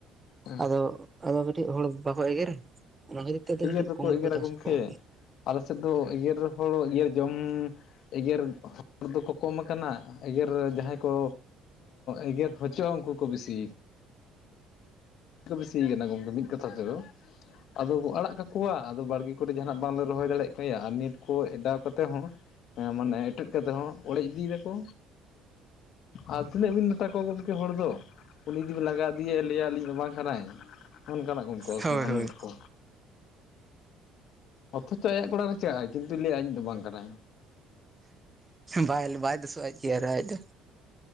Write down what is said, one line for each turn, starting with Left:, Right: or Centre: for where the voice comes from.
Left: ᱦᱮᱸ
Right: ᱟᱫᱚ ᱟᱫᱚ ᱠᱟᱹᱴᱤᱡ ᱦᱚᱲ ᱵᱟᱠᱚ ᱮᱜᱮᱨᱟ, ᱚᱱᱟ ᱠᱷᱟᱹᱛᱤᱨ ᱛᱮ
Left: ᱮᱜᱮᱨ
Right: ᱠᱟᱹᱴᱤᱡ
Left: ᱫᱚᱠᱚ
Right: ᱠᱚᱢ ᱜᱮ
Left: ᱮᱜᱮᱨᱟ
Right: ᱠᱚ ᱪᱟᱥ
Left: ᱜᱚᱢᱠᱮ
Right: ᱠᱚᱣᱟ ᱟᱨᱠᱤ᱾
Left: ᱟᱞᱮ ᱥᱮᱫ ᱫᱚ ᱮᱜᱮᱨ ᱦᱚᱲ ᱮᱜᱮᱨ ᱡᱚᱢ ᱮᱜᱮᱨ ᱦᱚᱲ ᱫᱚᱠᱚ ᱠᱚᱢ ᱟᱠᱟᱱᱟ ᱮᱜᱮᱨ ᱡᱟᱦᱟᱸᱭ ᱠᱚ ᱮᱜᱮᱨ ᱦᱚᱪᱚᱜᱼᱟ ᱩᱱᱠᱩ ᱠᱚ ᱵᱤᱥᱤ ᱵᱮᱥᱤᱭ ᱠᱟᱱᱟ ᱜᱚᱢᱠᱮ ᱢᱤᱫ ᱠᱟᱛᱷᱟ ᱛᱮᱫᱚ ᱟᱫᱚ ᱠᱚ ᱟᱲᱟᱜ ᱠᱟᱠᱚᱣᱟ ᱟᱫᱚ ᱵᱟᱲᱜᱮ ᱠᱚᱨᱮ ᱡᱟᱦᱟᱱᱟᱜ ᱵᱟᱝᱞᱮ ᱨᱚᱦᱚᱭ ᱫᱟᱲᱮᱭᱟᱜ ᱠᱟᱱᱟᱭᱟ ᱟᱨ ᱱᱮᱴ ᱠᱚ ᱮᱰᱟᱣ ᱠᱟᱛᱮ ᱦᱚᱸ ᱦᱮᱸ ᱢᱟᱱᱮ ᱮᱴᱮᱫ ᱠᱟᱛᱮ ᱦᱚᱸ ᱚᱲᱮᱡ ᱤᱫᱤᱭᱟ ᱠᱚ᱾ ᱟᱨ ᱛᱤᱱᱟᱹᱜ ᱵᱤᱱ ᱢᱮᱛᱟ ᱠᱚᱣᱟ ᱜᱚᱢᱠᱮ ᱦᱚᱲ ᱫᱚ ᱩᱱᱤ ᱡᱩᱫᱤ ᱵᱤᱱ ᱞᱟᱜᱟ ᱫᱤᱭᱮ ᱞᱟᱹᱭ ᱟᱹᱞᱤᱧ ᱫᱚ ᱵᱟᱝ ᱠᱟᱱᱟᱭ ᱚᱱᱠᱟᱱᱟᱜ ᱠᱚ ᱩᱱᱠᱩᱥᱩᱵᱤᱫ
Right: ᱦᱳᱭ ᱦᱳᱭ
Left: ᱠᱚ᱾ ᱚᱛᱷᱚ ᱛᱚ ᱟᱭᱟᱜ ᱠᱚᱲᱟᱨ ᱨᱮ ᱪᱟᱞᱟᱭ ᱠᱤᱱᱛᱩ ᱞᱟᱹᱭᱟ ᱤᱧ ᱫᱚ ᱵᱟᱝ ᱠᱟᱱᱟᱭ
Right: ᱵᱟᱭ ᱵᱟᱭ ᱫᱩᱥᱚᱜ ᱜᱮᱭᱟ ᱟᱨ ᱟᱡ ᱫᱚ